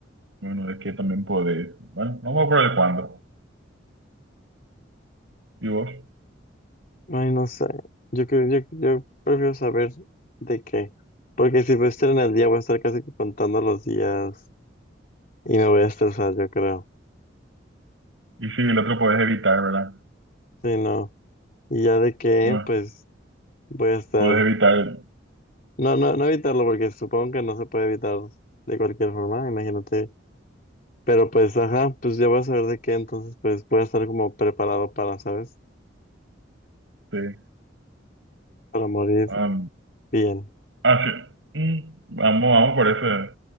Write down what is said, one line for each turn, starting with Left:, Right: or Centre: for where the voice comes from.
Right: bueno, de qué también podés. Bueno, vamos por el cuándo. ¿Y vos?
Left: Ay, no sé. Yo creo, yo, yo prefiero saber de qué. Porque si voy a estar en el día, voy a estar casi que contando los días y me voy a estresar, yo creo.
Right: Y si el otro podés evitar, ¿verdad?
Left: Sí, no. Y ya de qué,
Right: Ah,
Left: pues voy a estar.
Right: podés evitar,
Left: No, no, no evitarlo, porque supongo que no se puede evitar de cualquier forma, imagínate. Pero pues, ajá, pues ya voy a saber de qué, entonces pues voy a estar como preparado para, ¿sabes?
Right: sí.
Left: Para morir
Right: Ah,
Left: bien.
Right: así. Mm, vamos, vamos por eso,